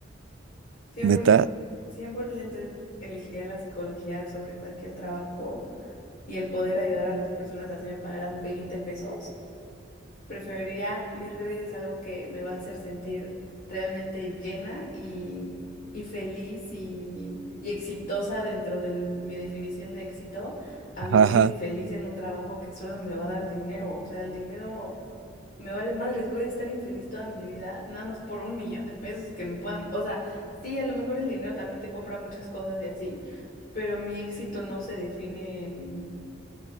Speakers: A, on the left; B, on the right.
A: cien
B: Neta.
A: por ciento cien por ciento elegiría la psicología sobre cualquier trabajo y el poder ayudar a las personas así me pagaran 20 pesos. Preferiría mil veces algo que me va a hacer sentir realmente llena y, y feliz y, y exitosa dentro de mi definición de éxito a vivir
B: Ajá. ajá.
A: infeliz en un trabajo que solo me va a dar dinero. O sea, el dinero... Me vale madres, voy a estar infeliz toda mi vida, nada más por un millón de pesos que me puedan, o sea, sí, a lo mejor el dinero también te compra muchas cosas y así, pero mi éxito no se define en,